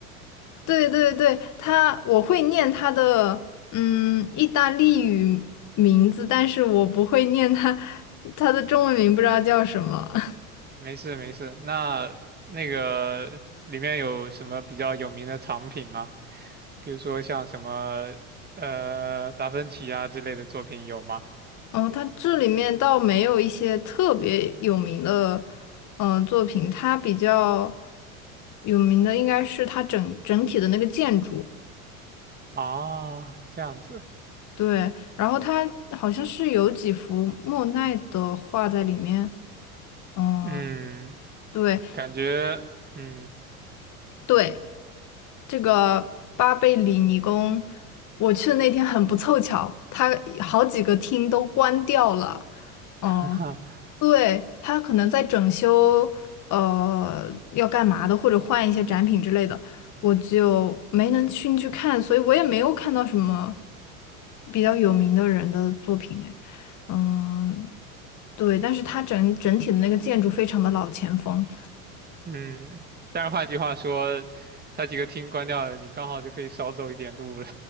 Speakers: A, on the left; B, on the right.
A: 对对对，他我会念他的嗯意大利语名字，但是我不会念他他的中文名，不知道叫什么。<laughs>
B: 没事没事，那那个里面有什么比较有名的藏品吗？比如说像什么呃达芬奇啊之类的作品有吗？
A: 哦，他这里面倒没有一些特别有名的嗯、呃作品，他比较有名的应该是他整整体的那个建筑，
B: 啊，这样子，
A: 对，然后他好像是有几幅莫奈的画在里面。嗯，
B: 嗯，
A: 对，
B: 感觉嗯。
A: 对，这个巴贝里尼宫，我去的那天很不凑巧，它好几个厅都关掉了。嗯，
B: <laughs> 哈哈。
A: 对，它可能在整修，呃，要干嘛的，或者换一些展品之类的，我就没能进去看，所以我也没有看到什么比较有名的人的作品。哎，嗯，对，但是它整整体的那个建筑非常的老前锋。
B: 嗯，但是换句话说，他几个厅关掉了，你刚好就可以少走一点路了。